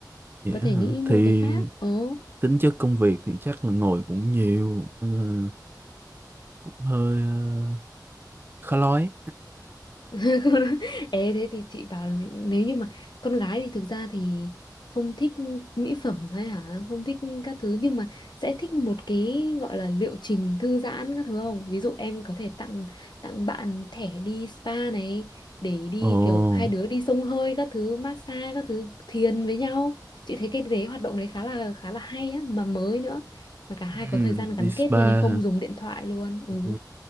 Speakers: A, on the right; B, on the left.
A: Vậy
B: có thể
A: á hả
B: nghĩ mua
A: thì
B: cái khác. Ừ.
A: tính chất công việc thì chắc là ngồi cũng nhiều nên cũng hơi ờ, khó nói
B: <laughs> Ê, thế thì chị bảo nếu như mà con gái thì thực ra thì không thích mỹ phẩm hay hả không thích các thứ nhưng mà sẽ thích một cái gọi là liệu trình thư giãn các thứ không ví dụ em có thể tặng tặng bạn thẻ đi spa này để đi
A: ồ
B: kiểu hai đứa đi xông hơi các thứ massage các thứ thiền với nhau chị thấy cái đấy hoạt động đấy khá là khá là hay á mà mới nữa mà cả hai
A: ừm,
B: có thời gian gắn
A: đi spa
B: kết nhau nhưng không
A: hả
B: dùng điện thoại luôn ừ,
A: Ừ,